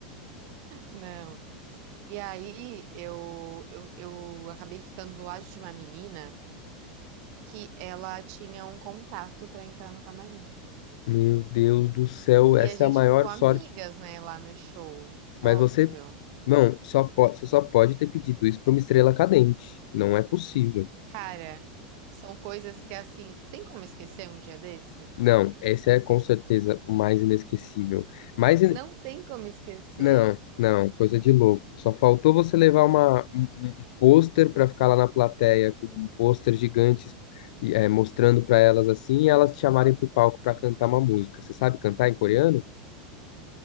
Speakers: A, on the right; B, on the left.
A: não. E aí eu, eu, eu acabei ficando do lado de uma menina que ela tinha um contato pra entrar no camarim.
B: Meu Deus do céu,
A: E
B: essa
A: a gente
B: é a maior
A: ficou amigas,
B: sorte
A: né, lá no show. Óbvio.
B: Mas você, não, só po- você só pode ter pedido isso para uma estrela cadente. Não é possível.
A: Cara, são coisas que assim, tem como esquecer um dia desse?
B: Não, esse é com certeza o mais inesquecível. Mais in-
A: Não tem como esquecer.
B: Não, não, coisa de louco. Só faltou você levar uma, um, um- um pôster para ficar lá na plateia com um pôster gigante e, é, mostrando para elas assim e elas te chamarem pro palco para cantar uma música. Você sabe cantar em coreano?